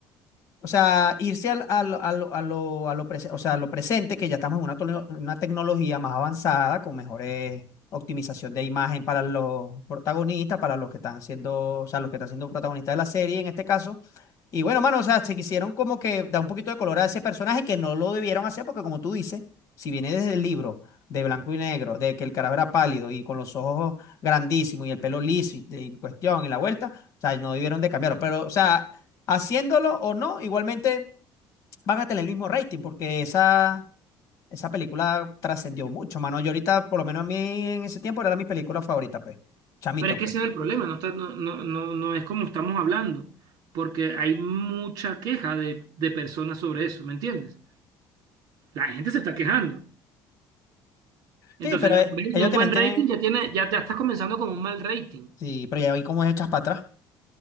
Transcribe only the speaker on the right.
Pero es que
ese es el problema, no está, no, no, no, no es como estamos hablando, porque hay mucha queja de, de personas sobre eso, ¿me entiendes? La gente se está quejando. Entonces,
no-
en vez de
tener un
buen
rating, ya tiene, ya, ya estás comenzando con un mal rating.